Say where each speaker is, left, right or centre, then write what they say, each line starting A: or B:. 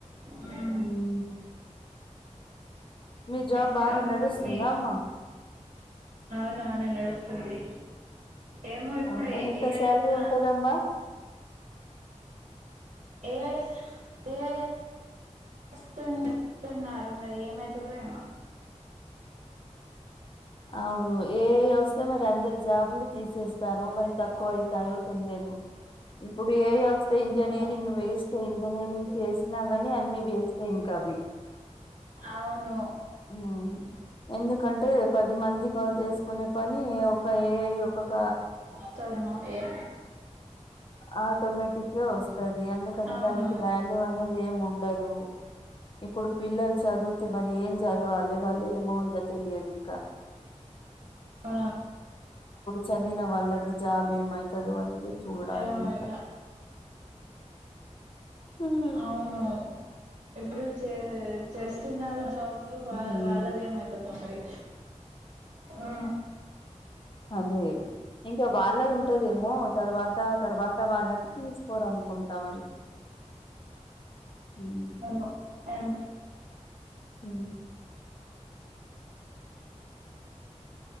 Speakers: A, on the right (about 80°); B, on the left (about 45°).
A: ఉమ్
B: ఉమ్. మీ జాబ్
A: ఎక్క
B: బాగా నడుస్తుందా
A: మీ
B: అమ్మా
A: అవునవును నడుస్తుంది ఏమో ఇప్పుడు
B: అవునా
A: ఏ
B: ఎంత
A: ఏఐ
B: శాలరీ
A: అత్త
B: ఉంటదమ్మా
A: ఏఐ ఏఐ అస్తుంది చెప్పిన్నారు మరి ఏమైతదో ఏమో.
B: అవును ఏఐ వస్తే మరి అందరి జాబులు తీసేస్తారో, మరి తక్కువ ఐతాయో తెలియదు. ఇప్పుడు ఏఐ వస్ స్తే ఇంజనీరింగ్
A: అవును
B: వేస్టే ఇంజనీరింగ్ చేసినా గాని అన్ని వేస్టే ఇంకా అవి.
A: అవును.
B: ఉమ్. ఎందుకంటే పది మంది వర్క్ చేసుకునే పని ఒక ఏఐ ఒకక
A: వస్తదేమో ఏఐ
B: ఆటోమేటికే వస్తది ఎందుకంటే
A: అవును
B: దానికి వాల్యూ అనే ది ఎముండదు. ఇప్పుడు పిల్లలు చదువుతే మరి ఏం చదవాలే వాళ్ళు ఏమో ఇగ తెలియదు ఇంకా.
A: ఆ
B: చదిన వాళ్లకు జాబేమైతదో అనేది చూడాలి
A: ఏమో
B: ఇంకా.
A: ఇగ
B: హ్మ్
A: అవును ఇప్పుడు చే చేస్తున్నారు జాబ్లు వా
B: హ్మ్
A: వాళ్ళది ఏమైతదో మరి. ఆ
B: అదే ఇంకా వాళ్ళది ఉంటదేమో తర్వాత తర్వాత వాళ్ళకి తీసుకోరనుకుంటా మరి. హ్మ్.
A: హలో ఎం
B: హ్